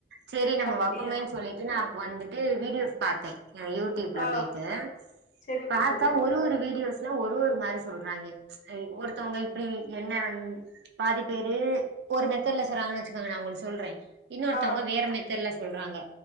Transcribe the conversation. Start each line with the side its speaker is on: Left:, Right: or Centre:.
Right: சேரி நம்ம
Left: அப்டியா
Right: வப்போமேன்னு சொல்லிட்டு நான் வந்துட்டு வீடியோஸ் பாத்தேன் யூட் டியூப்ல
Left: ஆ
Right: போயிட்டு
Left: செரிங்க
Right: பாத்தா
Left: தோழி
Right: ஒரு ஒரு வீடியோஸ்ல ஒரு ஒரு மாதிரி சொல்றாங்க ஒருத்தவங்க இப்டி என்ன பாதி பேரு ஒரு மெத்தர்ல சொல்றாங்கன்னு வச்சுக்காங்க நா உங்களுக்கு சொல்றேன் இன்னொருத்வங்க
Left: ஆ
Right: வேற மெதோட்ல சொல்றாங்க